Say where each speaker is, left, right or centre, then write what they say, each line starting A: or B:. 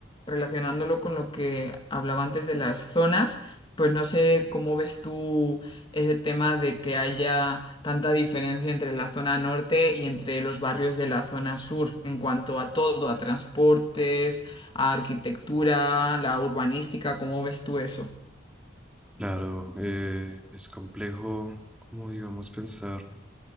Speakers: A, on the left; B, in the centre.
A: relacionándolo con lo que hablaba antes de las zonas, pues no sé cómo ves tú ese tema de que haya tanta diferencia entre la zona norte y entre los barrios de la zona sur en cuanto a todo, a transportes, a arquitectura, la urbanística, ¿cómo ves tú eso?
B: Claro, eh, es complejo, como digamos, pensar.